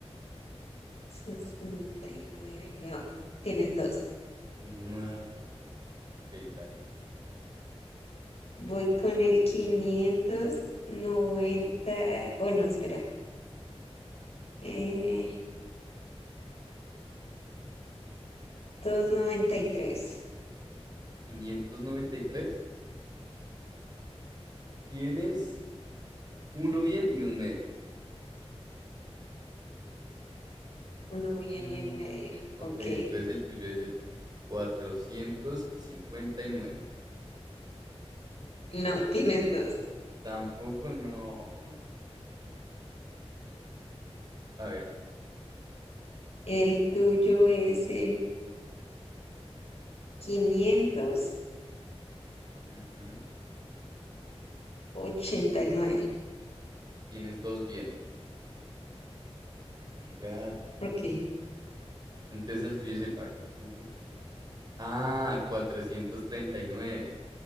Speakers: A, on the left (about 70°); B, on the right (about 40°).
A: 69. No, tienes dos.
B: No. <laughs> Ok, dale.
A: Voy con el 590. Oh, no, espera. Eh, 593.
B: quinientos noventa y tres Tienes uno bien y un medio.
A: Uno viene
B: Mm,
A: en medio.
B: ok,
A: Ok.
B: entonces el tuyo es el cuatrocientos cincuenta y nueve
A: No, tienes dos.
B: Tampoco no. <laughs> A ver,
A: El tuyo es el quinientos
B: Ujú.
A: ochenta y nueve.
B: tienes dos bien. Oh my god, no.
A: Ok,
B: Entonces el tuyo es el. A ver, uno, dos. Ah, cuatrocientos treinta y nueve